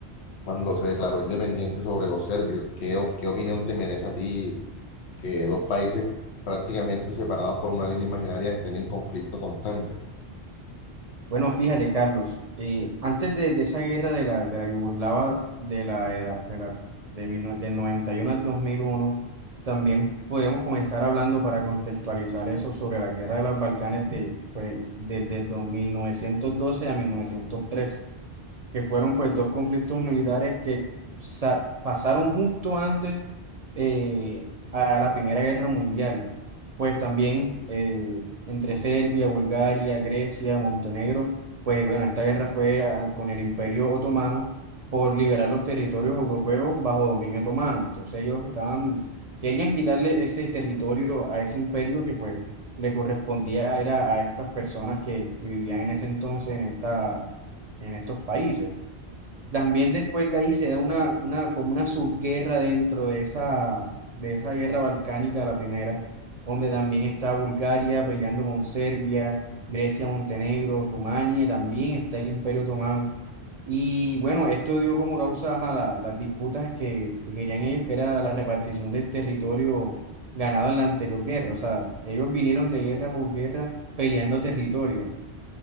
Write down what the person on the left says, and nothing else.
cuando se declaró independiente sobre los serbios. ¿Qué, o- qué opinión te merece a ti que dos países prácticamente separados por una línea imaginaria estén en conflicto constante.